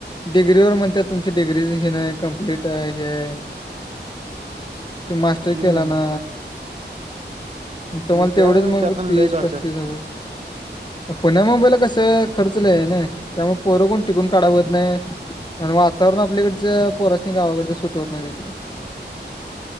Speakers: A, on the left (about 25°); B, on the right (about 35°).
A: डिग्री व म्हणत तुमची डिग्रीज हेी नाही कम्प्लीट आहे हे आहे तू मास्टर
B: हम्म
A: केला ना तुम्हाला
B: त्या
A: तेवढंच मग
B: त्यातून
A: तीस
B: लय काढतात
A: पस्तीस हजार पुण्या मोबाईल कसं खर्चल आहे ना त्यामुळे पोरं कोण टिकून काढावत नाही आणि वा तरण आपल्याकडच्या पोरसणी गावाकडच सुटवत नाही तिथलं